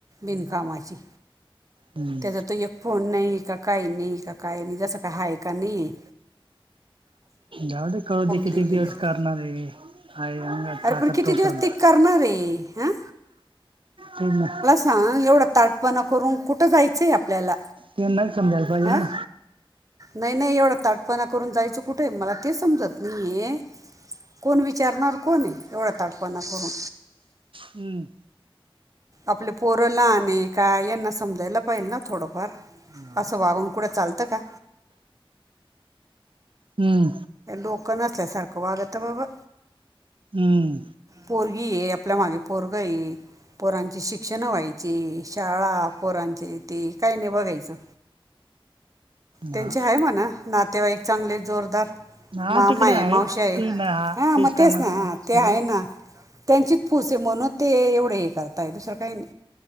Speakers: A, on the right; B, on the right.
A: बिनकामाचे.
B: जा हम्म
A: त्याचा त एक फोन नाही का काही नाही का काही नाही जसं काय हाय का नाही हे.
B: जाऊ दे करु दे कितीक
A: दिलेलं
B: दिवस
A: आहे
B: करणार आहे. आहे अंगात
A: अरे
B: ताकद
A: पण ते कितीक
B: तोपर्यंत.
A: दिवस ते करणार आहे हं?
B: तेच ना.
A: सांग एवढा ताटपणा करून कुठं जायचंय आहे आप.. आपल्याला,
B: त्यांनाच समजायला पाहिजेल
A: हं?
B: ना.
A: नाही-नाही एवढं ताठ.. पना करून जायचं कुठं आहे मला ते समजत.. ये कोण विचारणार कोण आहे? एवढा ताटपणा करून.
B: हं
A: आपले पोरं लहान आहे काय यांना समजायला पाहिजे ना थोडंफार.
B: हा.
A: असं वागून कुठं चालतं का?
B: हं
A: डोकं नसल्यासारखं वागतं बाबा.
B: हं
A: पोरगी ये आपल्या मागे पोरगा ये.. पोरांची शिक्षणं व्हायची, शाळा पोरांची ते काही नाही बघायचं.. त्यांचे
B: हा.
A: आहे म्हणा नातेवाईक चांगले जोरदार.
B: हा
A: मामा
B: तिकडे
A: आहे, मावश्या आहे
B: ते ना हा
A: हं मग
B: कामात
A: तेच ना
B: येणार
A: ते
B: जाऊ
A: आहे
B: दे.
A: ना. त्यांचीच फुस आहे म्हणून ते एवढं हे करता आहे दुसरं काही नाही.